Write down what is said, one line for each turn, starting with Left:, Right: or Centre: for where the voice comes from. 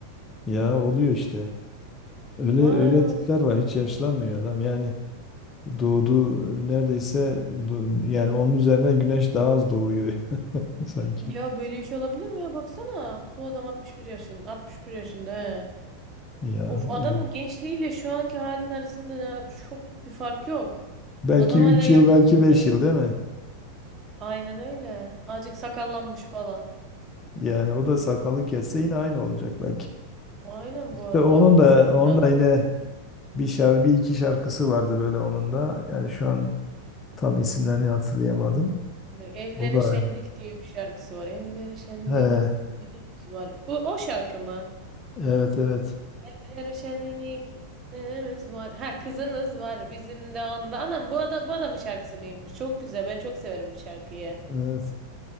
Left: ya oluyor işte. Öyle
Right: Vay
Left: öyle
Right: anasını
Left: tipler var. Hiç
Right: seyirciler.
Left: yaşlanmıyor adam. Yani doğduğu neredeyse do- yani onun üzerine güneş daha az doğuyor <laughs> sanki.
Right: Ya böyle iş olabilir mi ya? Baksana. Bu adam 61 yaşın. 61 yaşında he.
Left: Ya
Right: Of adamın
Left: öyle.
Right: gençliğiyle şu anki halinin arasında ya çok bir fark yok.
Left: Belki
Right: Adam
Left: üç
Right: hala yakışık.
Left: yıl belki beş yıl değil mi?
Right: Aynen öyle. Azıcık sakallanmış falan.
Left: Yani o da sakalı kesse yine aynı olacak belki.
Right: Aynen
Left: İşte
Right: bu arada
Left: onun
Right: ya böyle
Left: da
Right: bir şey olabilir
Left: onun
Right: adam.
Left: da yine bir şarkı bir iki şarkısı vardı böyle onun da. Yani şu an tam isimlerini hatırlayamadım.
Right: Bak, Evlere
Left: O da
Right: Şenlik diye bir şarkısı var. Evlere Şenlik
Left: he,
Right: günümüz var. Bu o şarkı mı?
Left: evet evet.
Right: Evlere Şenlik günümüz var. Ha kızınız var bizim de onda. Anam bu adam bu adamın şarkısı mıymış? Çok güzel. Ben çok severim bu şarkıyı.
Left: Evet.